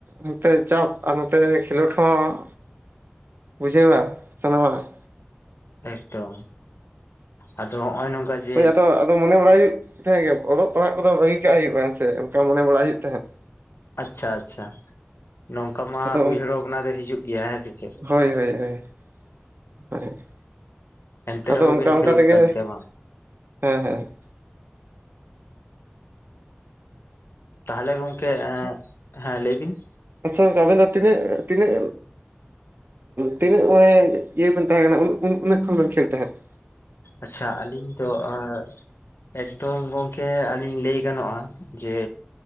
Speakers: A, on the right (about 60°); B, on the left (about 85°).
A: ᱱᱚᱛᱮ ᱪᱟᱯ ᱟᱨ ᱱᱚᱛᱮ ᱠᱷᱮᱞᱳᱰ ᱦᱚᱸ ᱾ ᱵᱩᱡᱷᱟᱹᱣᱟ ᱥᱟᱱᱟᱢᱟᱜ ᱾
B: ᱮᱠᱫᱚᱢ ᱟᱫᱚ ᱦᱚᱜᱼᱚᱭ ᱱᱚᱝᱠᱟ ᱡᱮ
A: ᱦᱳᱭ ᱟᱫᱚ ᱟᱫᱚ ᱢᱚᱱᱮ ᱵᱟᱲᱟᱭ ᱛᱟᱦᱮᱸ ᱜᱮᱭᱟ ᱠᱚ ᱚᱞᱚᱜ ᱯᱟᱲᱦᱟᱜ ᱠᱚᱫᱚ ᱵᱟᱹᱜᱤ ᱠᱟᱜ ᱦᱩᱭᱩᱜᱼᱟ ᱦᱮᱸ ᱥᱮ ᱚᱝᱠᱟ ᱢᱚᱱᱮ ᱵᱟᱲᱟᱭ ᱦᱩᱭᱩᱜ ᱛᱟᱦᱮᱸᱫ ᱾
B: ᱟᱪᱪᱷᱟ ᱟᱪᱪᱷᱟ ᱱᱚᱝᱠᱟ ᱢᱟ
A: ᱟᱫᱚ
B: ᱩᱭᱦᱟᱹᱨ ᱵᱷᱟᱵᱽᱱᱟ ᱨᱮ ᱦᱤᱡᱩᱜ ᱜᱮᱭᱟ ᱦᱮᱸ ᱥᱮ ᱪᱮᱫ ᱾
A: ᱦᱳᱭ ᱦᱳᱭ ᱦᱳᱭ ᱦᱳᱭ ᱾
B: ᱮᱱᱛᱮ
A: ᱟᱫᱚ
B: ᱨᱮᱦᱚᱸ
A: ᱚᱝᱠᱟ
B: ᱵᱤᱱ
A: ᱚᱝᱠᱟ
B: ᱠᱷᱮᱞᱳᱰ
A: ᱛᱮᱜᱮ
B: ᱠᱟᱱ ᱜᱮᱭᱟ ᱵᱟᱝ
A: ᱦᱮᱸ ᱦᱮᱸ ᱾
B: ᱛᱟᱦᱚᱞᱮ ᱜᱚᱝᱠᱮ ᱮᱸ ᱦᱮᱸ ᱞᱟᱹᱭ ᱵᱤᱱ ᱾
A: ᱟᱪᱪᱷᱟ ᱜᱚᱝᱠᱮ ᱟ. ᱵᱮᱱ ᱛᱤᱱᱟᱹᱜ ᱛᱤᱱᱟᱹᱜ ᱛᱤᱱᱟᱹᱜ ᱩᱸᱭ ᱤᱭᱟᱹ ᱵᱮᱱ ᱛᱟᱦᱮᱸ ᱠᱟᱱᱟ ᱩᱱᱟᱹᱜ ᱩᱱᱟᱹᱜ ᱠᱷᱚᱱ ᱵᱮᱱ ᱠᱷᱮᱞ ᱛᱟᱦᱮᱸᱫ ᱾
B: ᱟᱪᱪᱷᱟ ᱟᱹᱞᱤᱧ ᱫᱚ ᱮᱸᱜ ᱾ ᱮᱠᱫᱚᱢ ᱜᱚᱝᱠᱮ ᱟᱹᱞᱤᱧ ᱞᱟᱹᱭ ᱜᱟᱱᱚᱜᱼᱟ ᱡᱮ